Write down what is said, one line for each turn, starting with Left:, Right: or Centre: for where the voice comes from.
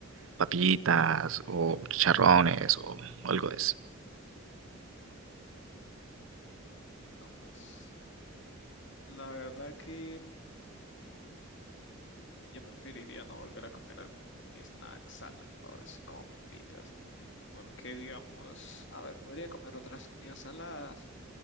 Right: papitas o chicharrones o algo de eso?
Left: Mm, Bueno, pues la verdad que yo preferiría no volver a comer algún un snack salado, así como papitas, porque digamos, a ver, podría comer otras comidas saladas